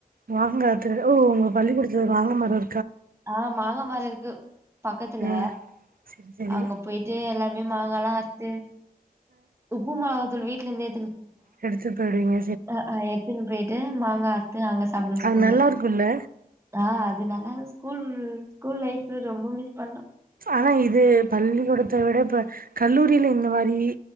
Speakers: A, on the right; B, on the right.
A: மாங்க ற்று ஓ ஒங்க பள்ளி கூடத்ல ஒரு மாங்க மரரு
B: ஆ மாங்காமரோ இருக்கு பக்கத்துல
A: ஆ சரி சரி
B: அங்க போயிட்டு எல்லா மே மாங்காலா அறுத்து உப்பு மொளத் தூள் வீட்லந்தே
A: எடுத்துட் பொய்டுவிங்க
B: அ அ எத்துன்னு போயிட்டு மாங்கா அறுத்து அங்க சாப்டுவ
A: அது
B: ஸ்கூல்ல
A: நல்லா இருக்குல்ல
B: ஆ‌ அது நாங்க ஸ்கூல் ஸ்கூல் லைஃபு ரொம்ப மிஸ் பண்ற
A: ஆனா இது பள்ளிக்கூடத்தை விட இப்ப கல்லூரியில இந்த மாரி